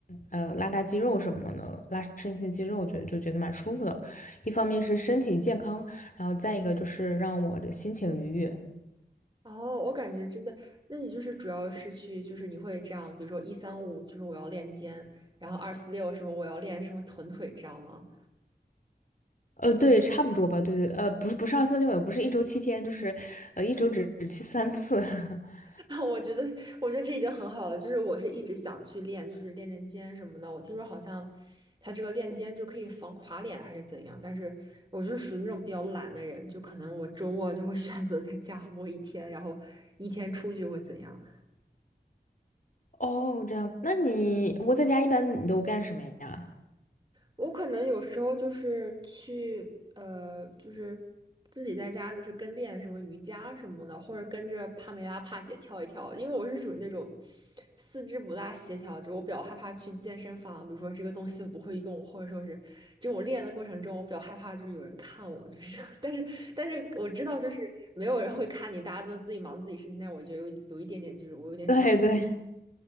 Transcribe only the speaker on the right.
哦，我感觉真的，那你就是主要是去，就是你会这样，比如说一三五，就是我要练肩，然后二四六什么我要练什么臀腿，这样吗？
<laughs> 我觉得，我觉得这已经很好了。就是我是一直想去练，就是练练肩什么的。我听说好像他这个练肩就可以防垮脸还是怎样，但是我就是属于那种比较懒的人，就可能我周末就会 <laughs> 选择在家窝一天，然后一天出去会怎样。
我可能有时候就是去呃，就是自己在家就是跟练什么瑜伽什么的，或者跟着帕梅拉帕姐跳一跳，因为我是属于那种四肢不大协调，就我比较害怕去健身房，比如说这个东西我不会用，或者说是就我练的过程中，我比较害怕就是有人看我，就是 <laughs> 但是但是我知道就是没有人会看你，大家都自己忙自己事情，但我觉得有有一点点就是我有点小。